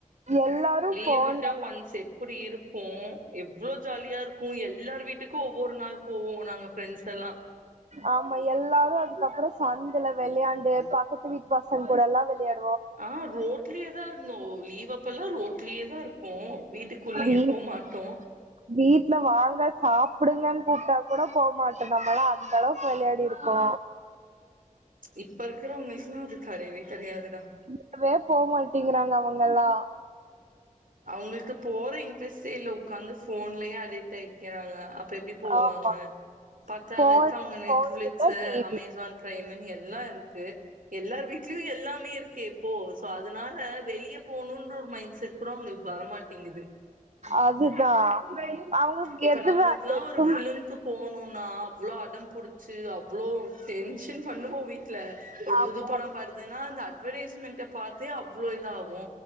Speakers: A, on the right; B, on the right.
A: எல்லாரு
B: லீவு
A: போன்ல
B: விட்டா ஒன்ஸ் அப்டி இருப்போ எவ்வளோ ஜாலியா இருக்கு எல்லார் வீட்டுக்கு ஒவ்வொரு நாள் போவோ நாங்க ஃப்ரெண்ட்ஸ் எல்லா
A: ஆமா எல்லாரு அதுக்கப்றோ சந்துல விளையாண்டு பக்கத்து வீட்டு பசங் கூட எல்லா விளையாண்ட்
B: ஆ ரோட்லயே தா இருந்தோ லீவப் இப்பல்லா ரோட்லயே தா இருப்போ வீட்டுக்குள்ளேயே
A: வீட்
B: போக மாட்டோ
A: வீட்ல வாங்க சாப்புடுங்கன் கூப்ட்டா கூட போமாட்டோ நம்மளா அந்த அளவுக் விளையாடிரு ப்போ
B: இப்ப இருக்கிற உங்களுக்கெல்லா அது கடையவே கிடையாதுடா
A: இப்பவே போக மாட்டேங்கிறாங்க அவங்க எல்லா
B: அவங்களுக்கு போற இன்ட்ரெஸ்ட்டே இல்ல உட்காந்து போன்லேயே அடிக்ட் ஆயி நிக்கறாங்க அப்ப எப்டி போவாங்க
A: ஆமா
B: பத்தாது
A: ஃபோன்
B: அவங்க
A: ஃபோனு
B: நெட் பிளிக்ஸு
A: கிட்ட டி
B: அமேசான்
A: வி
B: பிரைம்ன் எல்லா இருக்கே எல்லார் வீட்லயு எல்லாமே இருக்கே போ சோ அதனால வெளிய போணுன்ற ஒரு மைண்ட் செட் கூடு அவுங்களுக்கு வரமாட்டேங்குது
A: அதுதா அவங்களுக்கு
B: இப்ப
A: எதுவா
B: நம்மளுக்கெல்லா
A: எதும்
B: ஒரு பிலிம்கு போணும்னா அவ்வளோ அடம் புடிச் ச்சி அவ்ளோ டென்ஷன் பண்ணுவோ வீட்ல ஒரு
A: ஆமா
B: புது படோ வருதுன்னா அந்த அட்வர்டைஸ்மெண்ட் இத பார்த்தே அவ்ளோ இது ஆகு